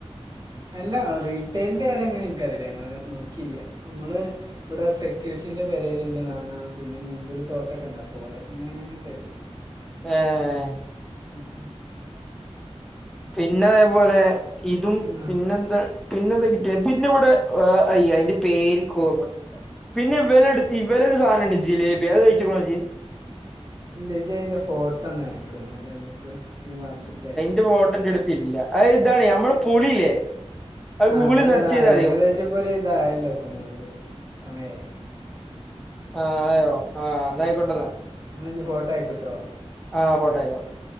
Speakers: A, on the right (about 40°); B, in the centre.
A: അല്ല റീട്ടെയിലിന്റെ കാര്യം അങ്ങനെ എനിക്കറിയില്ല ഞങ്ങള് നോക്കിയില്ല നമ്മള് ഇവിടെ സെക്യൂരിറ്റീൻ്റെ പെരേലുണ്ട് വാങ്ങാ പിന്നെ മൂപ്പര് തോട്ടൊക്കെ ഉണ്ട് അപ്പൊ ഓലൊക്കെ ഇങ്ങനെ അങ്ങനെ തരും
B: ആഹ്
A: ഉം ഉം
B: പിന്നെ അതേപോലെ ഇതും
A: എന്നാ
B: പിന്നെന്താ പിന്നെന്താ കിട്ടിയെ പിന്നിവിടെ അയ്യ അയിന്റെ പേര് ഇനിക്ക് ഓർമ പിന്നെ ഇവരെടുത്തി ഇവരെ ഒരു സാധനുണ്ട് ജിലേബി അത് കഴിച്ചെക്കുന്നൊജ്ജ്
A: ഇല്ലജ്ജ് അതിൻ്റെ ഫോട്ടോന്നയക്ക് എന്നാലേ നമുക്ക് ഒന്ന് വാട്സപ്പിലയക്ക്
B: <unintelligible> ല്ല അയിതാണ് നമ്മള് പുളില്ലേ അത്
A: ആഹ്
B: ഗൂഗിളിൽ
A: അതല്ലെടാ
B: സെർച്ച് ചെയ്താ
A: ഏകദേശക്കൊരു
B: മതിയാവും
A: ഇതായല്ലോ ഇപ്പ മ്മടത്ത് സമയേ
B: ആഹ് ആയോ ആഹ് അന്നാ
A: ആ
B: ആയിക്കോട്ടന്ന
A: ആ എന്നാ ഇജ്ജ് ഫോട്ടോ അയക്ക് ട്ടോ
B: ആഹ് ഫോട്ടോ അയക്കാം